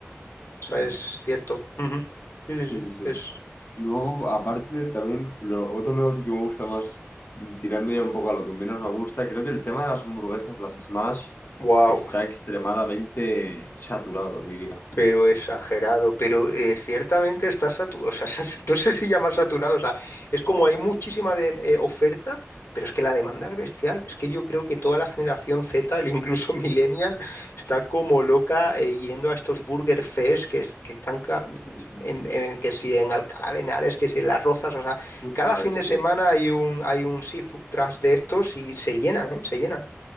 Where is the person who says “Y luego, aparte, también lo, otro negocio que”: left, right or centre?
Left